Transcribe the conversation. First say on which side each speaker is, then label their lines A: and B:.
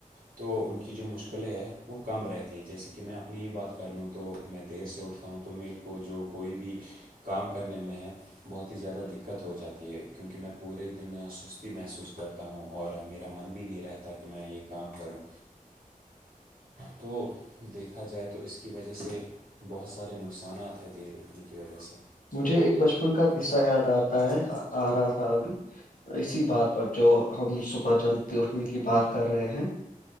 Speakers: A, on the right; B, on the left.
A: تو ان کی جو مشکلیں ہے وہ کم رہتی ہے جیسے کہ میں اپنی ہی بات کر لوں تو میں دیر سے اٹھتا ہوں تو میرے کو جو کوئی بھی کام کرنے میں ہے بہت ہی زیادہ دقت ہو جاتی ہے کیونکہ میں پورے دن سستی محسوس کرتا ہوں ہوں اور میرا من بھی نہیں رہتا کہ میں یہ کام کروں تو دیکھا جائے تو اس کی وجہ سے بہت سارے نقصانات ہیں دیر اٹھنے کی وجہ سے
B: مجھے ایک بچپن کا قصہ یاد آتا ہے آ رہا تھا ابھی اسی بات پر جو ہم صبح جلدی اٹھنے کی بات کر رہے ہیں